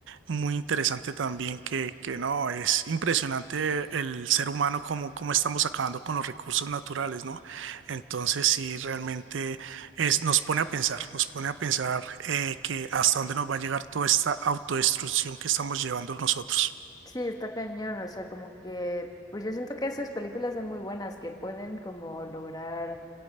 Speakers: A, on the right; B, on the left.
A: Muy interesante también que, que no, es impresionante el ser humano como, como estamos acabando con los recursos naturales, ¿no? Entonces sí, realmente es, nos pone a pensar, nos pone a pensar eh, que hasta dónde nos va a llegar toda esta autodestrucción que estamos llevando nosotros.
B: Sí, está cañón, o sea, como que, pues yo siento que esas películas son muy buenas, que pueden como lograr